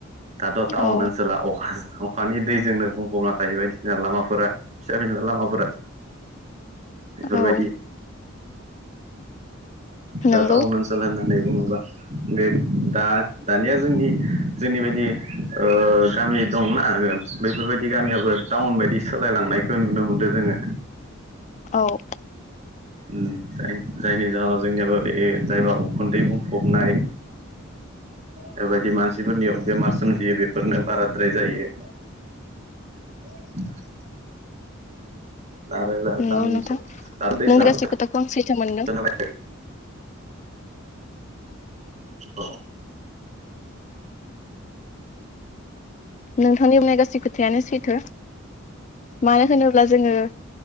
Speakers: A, on the right; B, on the left.
A: दाथ' टाउन
B: औ
A: ओनसोल अखानि दैजोंनो बुंफबना थायो बायदिसिना लामाफोरा फिसा फिनला लामाफोरा। बेफोरबायदि
B: औ
A: दा
B: नंगौ
A: टाउन ओनसोल होननानै बुङोबा बे दा दानिया जोंनि जोंनि बायदि ओ गामि दंना बैफोरबायदि गामियाबो टाउन बायदि सोलायलांनायखौ नुनो मोनदो जोङो।
B: औ।
A: उ जायनि जाहोनाव जोंनियाबो जायबा उखुन्दै बुंफबनाय बेबायदि मानसिफोरनियाव बेमार सोमजियो बेफोरनो बाराद्राय जायो। <inaudible> <unintelligible>
B: नंगौ नोंथां नों गासै खोथाखौ आं सैथो मोनदों
A: औ।
B: नोंथांनि बुंनाय गासै खोथायानो सैथो। मानो होनोब्ला जोङो